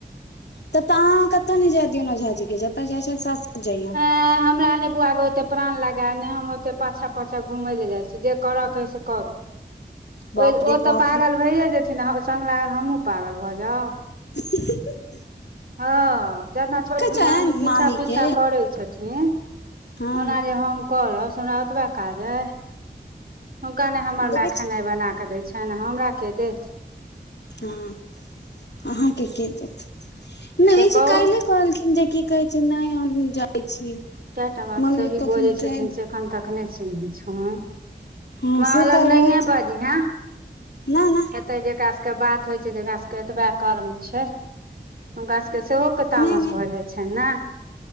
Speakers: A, on the left (about 70°); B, on the right (about 55°).
A: तब तऽ अहाँ कतौ जाय दियौ नो झाजी के जतय जाइ छ सा जइय
B: तै हम हमरा नहि बुआ दे ओते प्राण लगा ने हम ओते पाछाँ पाछाँ घूमय लए जाइ छी जे करऽ हय से कर
A: बाप
B: ओ
A: रे
B: ओ
A: बाप
B: तऽ पागल
A: रे
B: भैए जेथिन ओ सङ्ग लागल हमहूँ पागल भऽ जाउ
A: ह <unintelligible>
B: हँ जेना छोटकी
A: छनि
B: मामी पीछा पीछा
A: के
B: करै छथिन
A: हँ
B: ओना जे हम करब से हमरा ओतबा काज अइ हुनका ने हमर
A: देखै
B: माय खेनाइ
A: छियनि
B: बना कऽ दै छनि हमरा के देत
A: हँ अहाँके के देत नहि
B: से कहू
A: छै क कहलखिन जे की कहै छै नहि हम जाइ छी
B: कए टा बात
A: मम्मी
B: सही
A: के कखन
B: बजै छथिन
A: ट्रेन
B: से एखन तक नहि चिन्है छ्हुन
A: हँ
B: माँ
A: से
B: लग
A: तऽ
B: नहिये
A: ओ
B: बजीहें
A: न न
B: ते जेकरा सबके बात होइ छै तकरा सबके एतबे कर्म छै हुनका सभके सेहोके तामस
A: नहि नहि
B: भऽ जाइ छनि ने